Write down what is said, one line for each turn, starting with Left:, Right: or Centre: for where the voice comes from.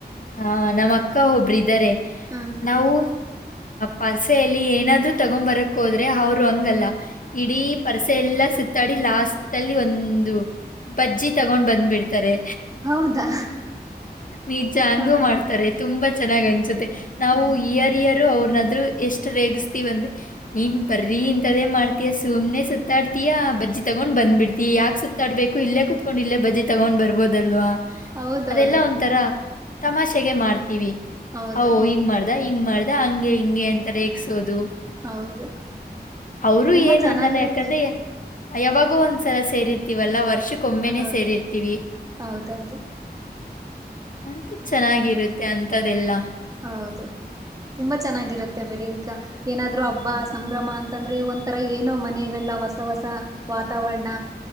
Left: ಹಾ ನಮ್ಮ್ ಅಕ್ಕ ಒಬ್ರ ಇದ್ದಾರೆ
Right: ಹಾ
Left: ನಾವು ಪಾಸೆಯಲ್ಲಿ ಏನಾದ್ರು ತಗೊ್ ಬರಕ್ ಹೋದ್ರೆ ಅವ್ರು ಹಂಗಲ್ಲ ಇಡೀ ಪರಸೆ ಎಲ್ಲ ಸುತ್ತಾಡಿ ಲಾಸ್ಟ್ ಅಲ್ಲಿ ಒಂದು ಬಜ್ಜಿ ತಗೊಂಡ್ ಬಂದ್ಬಿಡ್ತಾರೆ
Right: ಹೌದಾ
Left: ನಿಜ ಹಂಗೂ
Right: ಹಾ
Left: ಮಾಡ್ತಾರೆ ತುಂಬಾ ಚೆನ್ನಾಗ್ ಅನ್ಸುತ್ತೆ ನಾವು
Right: ಹಾ
Left: ಇಯರ್ ಇಯರ್ ಅವ್ರನಾದ್ರು ಎಷ್ಟು ರೇಗಸ್ತೀವ ಅಂದ್ರೆ ನೀನ್ ಬರ್ರಿ ಇಂತದೇ ಮಾಡ್ತೀಯ ಸುಮ್ನೆ ಸುತ್ತಾಡ್ತಿ ತಿಯ ಬಜಿ ತಗೊಂಡ್ ಬಂದಬ ಬಿಡ್ತಿ ಯಾಕ ಸುತ್ತಾಡ್ಬೇಕು ಇಲ್ಲೇ ಕುತ್ಕೊಂಡ ಇಲ್ಲೇ ಬಜಿ ತಗೊಂಡ್ ಬರ್ಬೋದು ಇಲ್ವಾ
Right: ಹೌದೌದು
Left: ಅದೆಲ್ಲಾ ಒಂತರ ತಮಾಷೆಗೆ ಮಾಡ್ತೀವಿ
Right: ಹೌದು
Left: ಓ ಹಿಂಗ ಮಾಡ್ದ ಹಿಂಗ ಮಾಡ್ದ ಅದ ಹಂಗೆ ಹಿಂಗೆ ಅಂತ ರೇಗ್ಸೋದು
Right: ಹೌದು
Left: ಅವರುಏನು
Right: ತುಂಬಾ ಚೆನ್ನಾಗಿರುತ್ತೆ
Left: ಅನ್ನಲ್ಲ ಯಾಕಂದ್ರೆ ಯಾವಾಗೂ ಒಂದ್ಸಲ ಸೇರಿರ್ತಿವಲ್ಲಾ ವರ್ಷಕ್ಕ ಒಮ್ಮೆನೆ
Right: ಹೌದು
Left: ಸೇರಿರ್ತಿವಿ
Right: ಹೌದೌದು
Left: ಅಂತ ಚೆನ್ನಾಗಿರುತ್ತೆ ಅಂತದೆೆಲ್ಲಾ
Right: ಹೌದು ತುಂಬಾ ಚೆನ್ನಾಗಿರುತ್ತೆ ಬಿಡಿ ಈವಗ ಏನಾದ್ರು ಹಬ್ಬ ಸಂಭ್ರಮ ಅಂತಂದ್ರೆ ಒಂಂತರ ಏನೋ ಮನಲೆೆಲ್ಲ ಹೊಸ ಹೊಸ ವಾತಾವರಣ